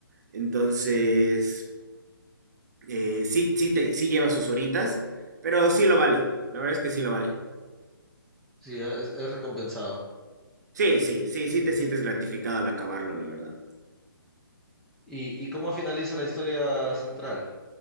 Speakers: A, on the right; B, in the centre.
A: Entonces, eh, sí, sí, te, sí lleva sus horitas, pero sí lo vale. La verdad es que sí lo vale.
B: Sí, es es recompensado.
A: Sí, sí, sí, sí te sientes gratificado al acabarlo, la verdad.
B: ¿Y, y cómo finaliza la historia central?